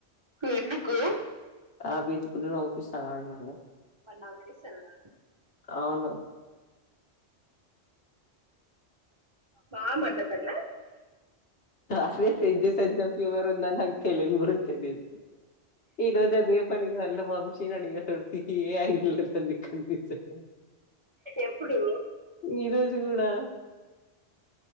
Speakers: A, on the right; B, on the left.
A: కు ఎందుకు
B: రాపిచ్కుంట నవుపిస్తా ఆడ్ నన్ను
A: వాడు నవు పీస్ సనాడ
B: అవును
A: మామద్ నగర్ల
B: అసలే ఫేక్ జెస్ సెంటల్ ఫీవర్ ఉందనీ నాకు తెలియన్ గూడ తెలియదు ఈరోజు అదే పనిగా అల్ల వంశీనీ అడిగా ఏ యాంగీల్ లో తెల్సు నికనిపించట్లే
A: ఎప్పుడు
B: ఈరోజు చూడా